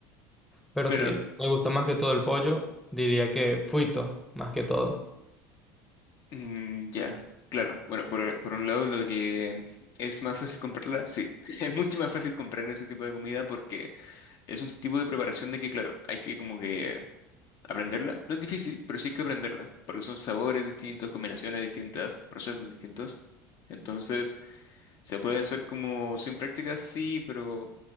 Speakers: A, in the centre; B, on the left.
A: Pero
B: Claro,
A: si me gusta más que todo el pollo, diría que fuito, más que todo.
B: mm, ya. Claro, bueno, por, por un lado lo que es más fácil comprarla, sí, <laughs> es mucho más fácil comprar ese tipo de comida porque es un tipo de preparación de que, claro, hay que como que aprenderla. No es difícil, pero sí hay que aprenderla, porque son sabores distintos, combinaciones distintas, procesos distintos. Entonces, ¿se puede hacer como sin práctica? Sí, pero